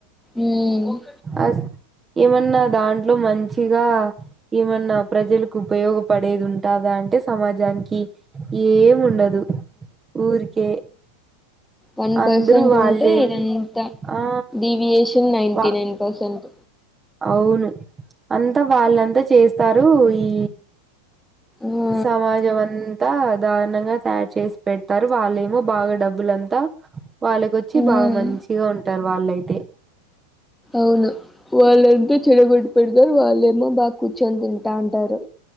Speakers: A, in the centre; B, on the right.
A: ఊ ఉమ్
B: అస్ ఏమన్నా దాంట్లో మంచి ఇగా ఏమన్నా ప్రజలకి ఉపయోగపడేది ఉంటాదా అంటే సమాజానికి ఏం ఉండదు ఊరికే
A: వన్
B: అందరూ
A: పర్సెంట్
B: వాళ్ళేం
A: ఉంటే ఇగ ఇంక
B: ఆ
A: డివియేషన్ నైన్టీ
B: వా
A: నైన్ పర్సెంట్
B: అవును అంతా వాళ్ళంతా చేస్తారు ఈ
A: ఆ
B: సమాజం అం అంత దారుణంగా తయారు చేసి పెడతారు వాళ్ళేమో బాగా డబ్బులంతా వాళ్ళకొచ్చి
A: ఉమ్
B: బాగా మంచిగా ఉంటారు వాళ్లు అయితే.
A: అవును వాళ్ళంతా చెడగొట్టు పెడతారు వాళ్ళేమో బాగా కూర్చొని తింటా ఉంటారు.